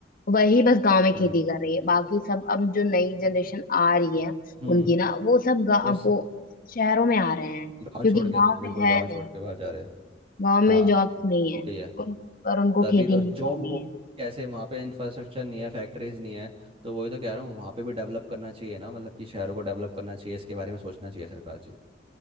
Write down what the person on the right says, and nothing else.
हम्म
हम्म
वो स-
गाँव छोड़ के
बिल्कुल
गाँव छोड़
के बाहर जा रहे हैं
हाँ
वही
है
तभी
तो जॉब
हो
कैसे वहाँ पे इंफ्रास्ट्रक्चर नहीं है फैक्ट्रीज नहीं है तो वही तो कह रहा हूँ वहाँ पे भी डेवलप करना चाहिए ना मतलब कि शहरों को डेवलप करना चाहिए इसके बारे में सोचना चाहिए सरकार जी को